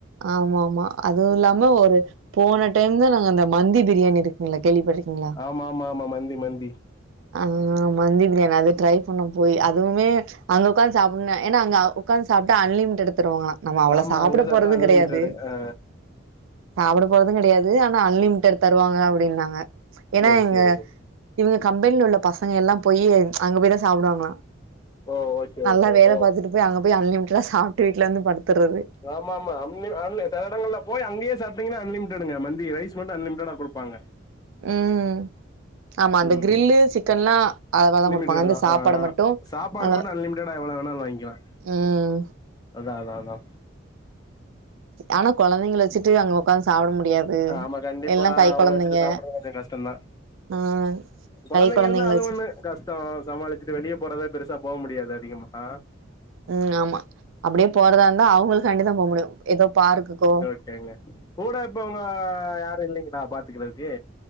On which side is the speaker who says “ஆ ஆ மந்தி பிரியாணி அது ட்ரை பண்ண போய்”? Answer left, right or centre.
Right